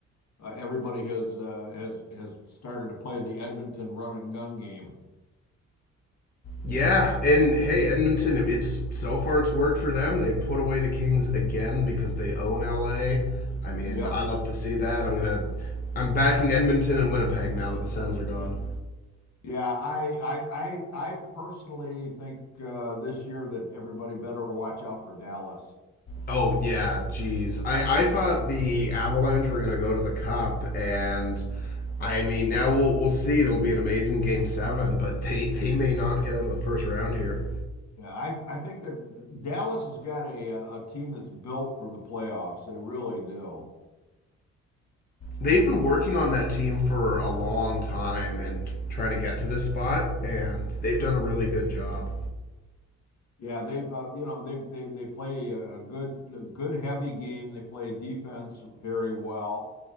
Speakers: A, on the left; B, on the left.
A: uh, everybody has uh, has has started to play the Edmonton run and gun game.
B: Yeah, and hey, Edmonton. It's so far it's worked for them. They put away the Kings again because they own LA. I mean,
A: Yep.
B: I love to see that. I'm gonna, I'm backing Edmonton and Winnipeg now that the Sens are gone.
A: Yeah, I I I, I personally think uh, this year that everybody better watch out for Dallas.
B: Oh yeah, geez. I I thought the Avalanche were gonna go to the Cup, and I mean now we'll we'll see. It'll be an amazing Game Seven, but <laughs> they they may not get out of the first round here.
A: Yeah, I, I think that Dallas has got a a team that's built for the playoffs. They really do.
B: They've been working on that team for a long time and trying to get to this spot, and they've done a really good job.
A: Yeah, they've uh, you know they they they play a good good heavy game. They play defense very well,